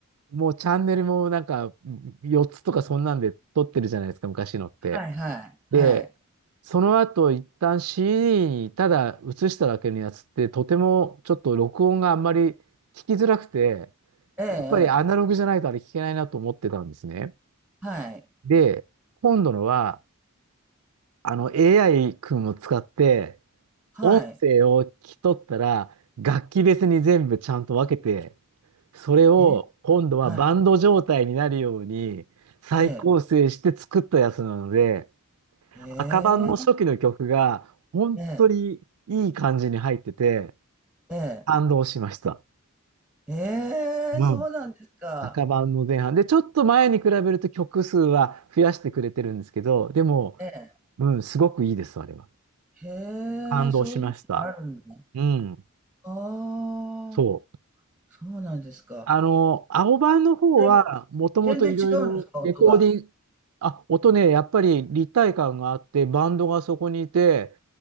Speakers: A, on the right; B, in the centre.
A: もうチャンネルもなんか4つとかそんなんで撮ってるじゃないですか、昔のって。
B: はい、はい、はい。
A: で、その後一旦 CD にただ映しただけのやつってとてもちょっと録音があんまり聞きづらくて、
B: ええ、ええ。
A: やっぱりアナログじゃないとあれ聞けないなと思ってたんですね。
B: はい、
A: で、今度のはあの AI 君を使って
B: はい。
A: 音声を聞き取ったら、楽器別に全部ちゃんと分けて、それを今度はバンド状態になるように再構成して作ったやつなので、
B: え、はい。ええ、ええ、
A: 赤版の初期の曲が本当にいい感じに入ってて、
B: ええ、ええ。
A: 感動しました。
B: ええ、
A: うん。
B: そうなんですか。
A: 赤版の前半。で、ちょっと前に比べると曲数は増やしてくれてるんですけど、でも、
B: ええ。
A: うん、すごくいいです、あれは。
B: へ
A: 感動しました。
B: え、そういうのがあるんだ。
A: うん、
B: ああ。
A: そう。
B: そうなんですか。
A: あの、青版の方は、
B: だいぶ
A: もともといろいろレコーディング、
B: 全然違うんですか、音が。
A: あ、音ね、やっぱり立体感があって、バンドがそこにいて、